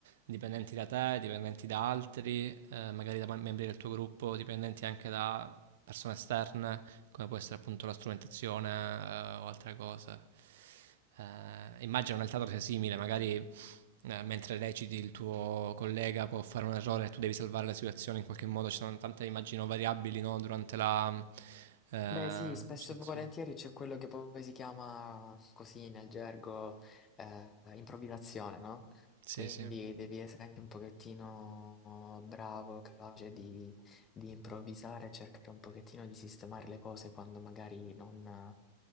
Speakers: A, on the right; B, on the left.
A: dipendenti da te, dipendenti da altri, eh, magari da mem- membri del tuo gruppo, dipendenti anche da persone esterne, come può essere appunto la strumentazione, eh, o altre cose. Eh, immagino nel teatro sia simile, magari eh, mentre reciti il tuo collega può fare un errore e tu devi salvare la situazione in qualche modo, ci sono tante immagino variabili, no, durante la eh,
B: Beh sì, spesso
A: recitazione.
B: e volentieri c'è quello che poi si chiama così nel gergo eh, improvvisazione, no?
A: Sì,
B: Quindi
A: sì.
B: devi essere anche un pochettino bravo, capace di, di improvvisare, cercare un pochettino di sistemare le cose quando magari non